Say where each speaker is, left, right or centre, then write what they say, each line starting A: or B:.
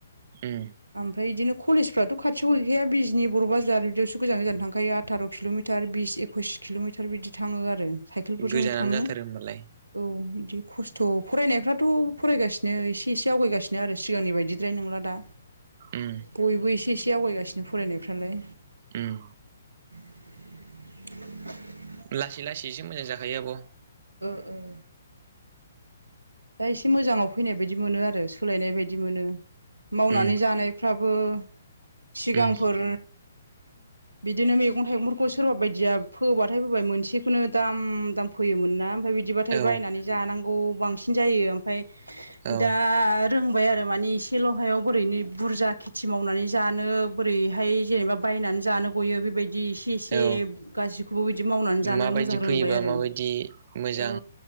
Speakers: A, on the right; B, on the right.
A: उम
B: ओमफ्राय बिदिनो कलेज फ्राथ'। खाथियाव गैखाया बिजनि बर' बाजार बिदियावसो गोजान गोजान थांखायो आथार' कि'लमिटार बिस एकइस किल'मिटार बिदि। बिदि थांङो आरो साइकेलफोरजोंनो
A: गोजानानो
B: थाङो
A: जाथारो होमबालाय
B: औ। बिदि खस्थ' फरायनायफ्राथ' फरायगासिनो एसे एसे आवगायगासिनो आरो सिगांनि बायदि। बिदिद्राय नंला दा
A: उम
B: बयबो एसे एसे आवगायगासिनो फरायनायफ्रालाय।
A: उम
B: <inaudible>
A: लासै लासैसो मोजां जाखायो आब'।
B: ओ ओ-। दा एसे मोजांङाव फैनाय बायदि मोनो आरो सोलायनाय बायदि मोनो। मावनानै
A: उम
B: जानायफ्राबो। सिगांफोर।
A: उम
B: बिदिनो मैगं थाइगंफोरखौ सोरबा बायदिया फोबाथाय फोबाय मोनसेखौनो दाम- दाम फोयो। फोयोमोनना ओमफाय बिदिबाथाय
A: औ
B: बायनानै जानांगौ बांसिन जायो ओमफाय
A: औ
B: दा-। रोंबाय आरो मानि एसेल' हायाव बोरै बुरजा खेथि मावनानै जानो बोरैहाय जेनेबा बाय। बायनानै जानो गयो बेबायदि। बिदि इसे इसे
A: औ
B: गासिखौबो बिदि मावनानै जानो
A: माबायदि
B: मोजां
A: फैयोबा
B: रोंबाय आरो
A: माबायदि मोजां
B: औ।